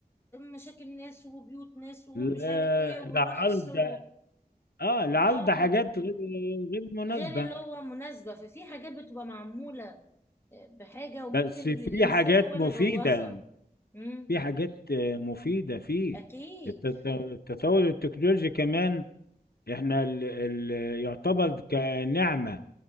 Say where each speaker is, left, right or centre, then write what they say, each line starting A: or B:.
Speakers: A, on the left; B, on the left.
A: مشاكل ناس وبيوت ناس ومش
B: لا-
A: عارف ايه ورقص
B: لعرض
A: و...
B: اه لعرض
A: اه
B: حاجات غير غير مناسبة
A: غير اللي هو مناسبة ففي حاجات بتبقى معمولة بحاجة وممكن
B: بس في
A: الانسان
B: حاجات
A: هو
B: مفيدة
A: اللي بوظها امم
B: في حاجات آه، مفيدة فيه
A: اكيد
B: التط- التطور التكنولوجي كمان احنا ال ال يعتبر كنعمة